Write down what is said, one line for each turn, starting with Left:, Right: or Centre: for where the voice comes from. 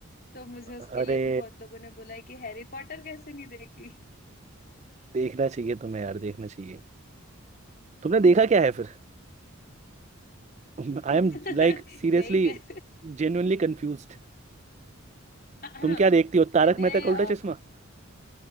Left: तो मुझे उसके
Right: अरे
Left: लिए भी बहुत लोगों ने बोला है कि हैरी पॉटर कैसे नहीं देखी
Right: देखना चाहिए तुम्हें यार देखना चाहिए तुमने देखा क्या है फिर <laughs> आई
Left: <laughs>
Right: am like seriously
Left: यही कह
Right: genuinely confuse
Left: <clears throat>
Right: तुम क्या देखती हो तारक
Left: मैंने
Right: मेहता का उल्टा चश्मा